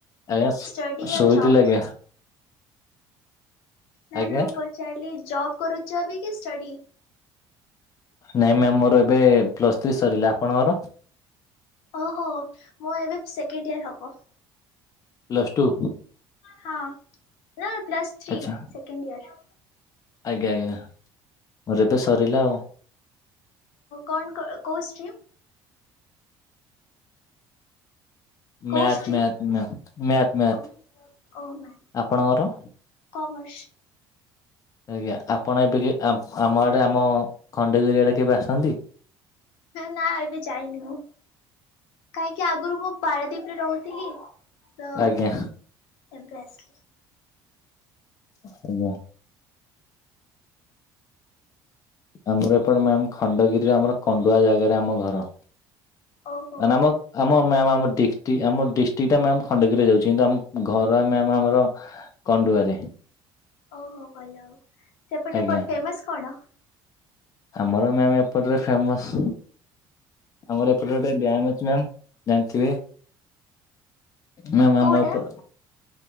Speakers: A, on the left (about 40°); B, on the left (about 80°).
A: ଆଜ୍ଞା
B: ଷ୍ଟଡି
A: ଶୋଇଥିଲି
B: ୟା ଜବ୍?
A: ଆଜ୍ଞା
B: ନା
A: ଆଜ୍ଞା
B: ନା ମୁଁ ପଚାରିଲି ଜବ୍ କରୁଚ ବି କି ଷ୍ଟଡି?
A: ନାଇଁ ମ୍ୟାମ୍ ମୋର ଏବେ ପ୍ଲସ ଥ୍ରୀ ସରିଲା ଆପଣଙ୍କର?
B: ଓହୋ ମୋ ଏବେ ସେକେଣ୍ଡ ଇୟର ହବ।
A: Plus two?
B: ହଁ ନା ପ୍ସସ୍ ଥ୍ରୀ
A: ଆଚ୍ଛା
B: ସେକେଣ୍ଡ ଇୟର।
A: ଆଜ୍ଞା ଆଜ୍ଞା ମୋର ଏବେ ସରିଲା ଆଉ।
B: କଣ କ କୋଉ ଷ୍ଟ୍ରିମ୍? କୋଉ
A: math
B: stream
A: math math math ମ୍ୟାଥ୍।
B: ଓ ଓ ମା
A: ଆପଣଙ୍କର?
B: କମର୍ସ।
A: ଆଜ୍ଞା ଆପଣ ଏବେ ଆମ ଆଡ଼େ ଆମ ଖଣ୍ଡଗିରିଆଡ଼େ କେବେ ଆସନ୍ତି?
B: ନା ଏବେ ଯାଇନି ମୁଁ। କାହିଁକି ଆଗରୁ ମୁଁ ପାରାଦୀପରେ ରହୁଥିଲି ତ
A: ଆଜ୍ଞା
B: ଏବେ ଆସିଲି।
A: ଆଜ୍ଞା। ଆମର ଏପଟେ ମ୍ୟାମ୍ ଖଣ୍ଡଗିରିର ଆମର କଣ୍ଡୁଆ ଜାଗାରେ ଆମ ଘର।
B: ଓହୋ
A: ମାନେ ଆମ ଆମ ମ୍ୟାମ୍ ଆମ ଡିଷ୍ଟ୍ରିକ ଆମ ଡିଷ୍ଟ୍ରିକଟା ମ୍ୟାମ୍ ଖଣ୍ଡଗିରିରେ ଯାଉଛି କିନ୍ତୁ ଆମ ଘର ମ୍ୟାମ୍ ଆମର କଣ୍ଡୁଆ ରେ।
B: ଓହୋ ଭଲ ଆଉ ସେପଟେ
A: ଆଜ୍ଞା
B: କଣ ଫେମସ କଣ?
A: ଆମର ମ୍ୟାାମ ଏପଟରେ ଫେମସ ଆମର ଏପଟେ ଗୋଟେ ଡ୍ୟାମ ଅଛି ମ୍ୟାାମ୍ ଜାଣିଥିବେ? ମ୍ୟାମ
B: କୋଉ
A: ଆମ
B: ଡ୍ୟାମ୍
A: ଏପ